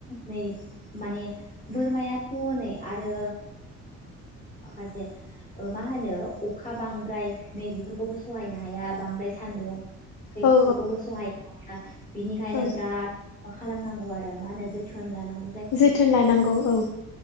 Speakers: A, on the left (about 25°); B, on the left (about 70°).
A: नै माने बोरमायाथ' नै आरो माखासे ओ मा होनो अखा बांद्राय नै बेेफोरखौबो सहायनो हाया बांद्राय सान्दुं नै
B: औ
A: फोरखौबो सहाय हाया बिनिखायनो
B: औ
A: बिराद बा खालामनांगौ आरो मा होनो जोथोन लानांगौ
B: जोथोन लानांगौ औ